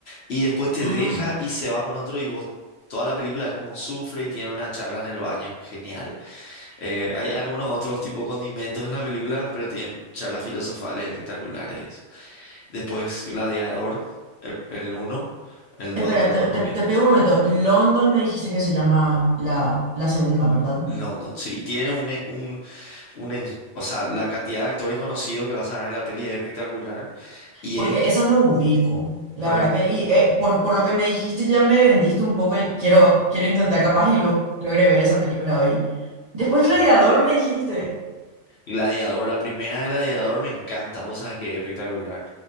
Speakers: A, on the left; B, on the right.
A: Y después te
B: Ah.
A: deja y se va con otro y vos, toda la película es como sufre y tiene una charla en el baño, genial. Eh, hay algunos otros tipo condimentos en la película, pero tienen charlas filosofales espectaculares. Después Gladiador, el, el uno el dos
B: Espera,
A: el
B: te,
A: 2
B: te,
A: no
B: te
A: vi.
B: pido un momento. London me dijiste que se llama la, la segunda, ¿verdad?
A: No, no, sí, y tiene un, e- un, un en- o sea, la cantidad de actores conocidos que vas a ver en la peli es espectacular y
B: Porque
A: es,
B: eso no ubico, la
A: no le,
B: verdad que, y eh, por, por lo que me dijiste ya me vendiste un poco y quiero, quiero intentar capaz y lo, logré ver esa película hoy. Después
A: sí.
B: Gladiador me dijiste,
A: Gladiador, la primera de Gladiador me encanta, vos sabes que es espectacular.